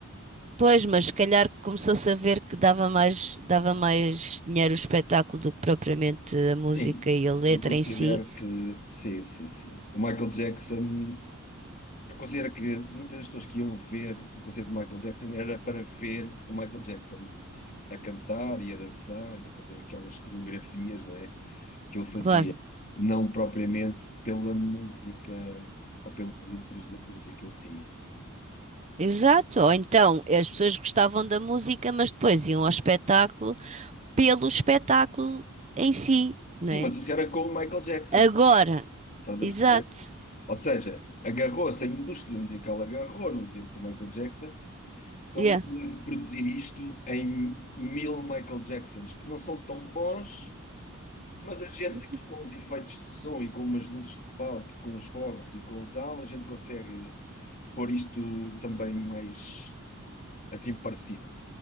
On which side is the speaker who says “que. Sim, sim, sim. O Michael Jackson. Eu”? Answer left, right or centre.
Left